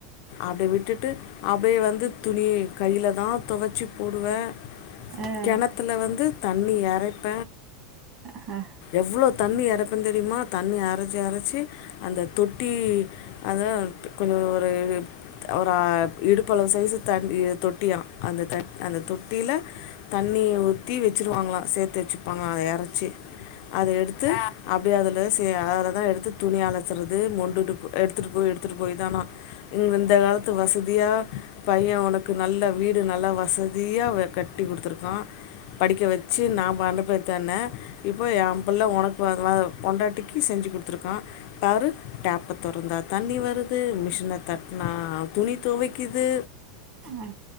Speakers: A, on the left; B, on the right.
A: அப்டே விட்டுட்டு அப்டே வந்து துணிய கையில தா துவச்சி போடுவ
B: அ
A: கெணத்துல வந்து தண்ணி எரைப்ப
B: அஹ
A: எவ்ளோ தண்ணி எரப்பன் தெரியுமா தண்ணி எரைச்சு எரைச்சு அந்த தொட்டி அதா கொஞ்சோ ஒரு இது ஒரு அ இடுப்பளவு சைசு தண்ணி தொட்டியா அந்த த அந்த தொட்டியில தண்ணிய ஊத்தி வச்சிருவாங்களா சேத்து வச்சுப்பாங்களி அத எரச்சி அத எடுத்து அப் டே அதுல சே அதுலதா எடுத்து துணி அலசறது மொண்டுட்டு போ எடுத்துட்டு போய் எடுத்துட்டு போய் தானா இந்த காலத்து வசதியா பைய உனக்கு நல்ல வீடு நல்லா வசதியா வ கட்டி குடுத்துருக்கா படிக்க வச்சு நாம அனுப்ப ன இப்போ எம்புள்ள உனக்கு பதிலா பொண்டாட்டிக்கு செஞ்சு குத்துருக்கா பாரு டேப்ப தொறந்தா தண்ணி வருது மிஷின தட் னா துணி தொவைக்குது
B: அ